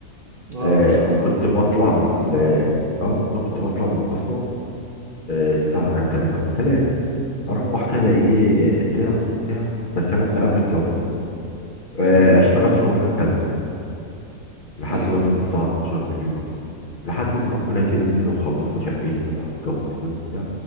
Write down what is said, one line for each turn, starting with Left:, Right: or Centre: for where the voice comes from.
Right: اه
Left: آه
Right: ما شاء الله
Left: كنت
Right: ربنا
Left: بطلع
Right: يخلي لك
Left: من
Right: محمد
Left: ال
Right: علي
Left: آه والله كنت بطلع من المصنع آه الساعة 3 3 اروح كده ايه ساعه وبتاع ده الكلام ده قبل الجواز آه،
Right: امم
Left: اشتغل شغلانه تانية لحد
Right: ايوه
Left: مثلا الساعه 12 بالليل او حاجه لحد ما ربنا كريم كده وخلصنا شقتنا بقى واتجوزنا وبتاع